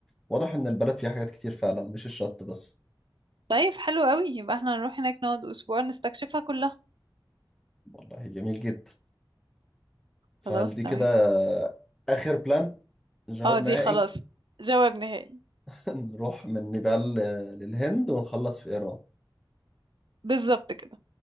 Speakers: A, in the centre; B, on the right (about 70°).
A: واضح إن البلد فيها حاجات كتير فعلا مش الشط بس
B: طيب حلو قوي يبقى احنا هنروح هناك نقعد اسبوع نستكشفها كلها
A: والله جميل جدا فهل
B: خلاص
A: دي
B: تمام
A: كده آخر بلان جواب
B: اه دي
A: نهائي
B: خلاص جواب نهائي
A: <laughs> نروح من نيبال آه، للهند ونخلص في إيران
B: بالظبط كده